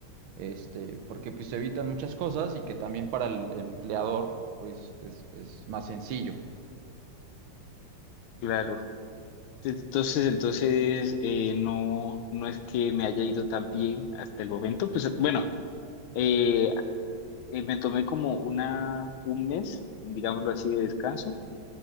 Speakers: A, on the right (about 80°); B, on the left (about 75°).
A: Este, porque pues se evitan muchas cosas y que también para el empleador, pues es, es más sencillo.
B: claro. Entonces, entonces eh, no, no es que me haya ido tan bien hasta el momento, pues bueno, eh, eh, me tomé como una, un mes, digámoslo así, de descanso.